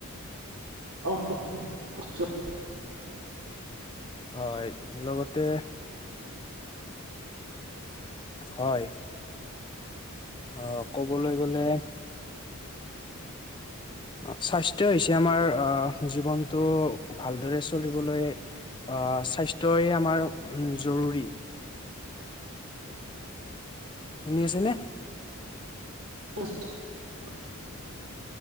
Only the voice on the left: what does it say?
হয়, লগতে হয়! অ'! ক'বলৈ গ'লে অ'! স্বাস্থ্যই হৈছে আমাৰ আঁ জীৱনটো ভালদৰে চলিবলৈ অ'! স্বাস্থ্যয় আমাৰ, জৰুৰী। শুনি আছেনে?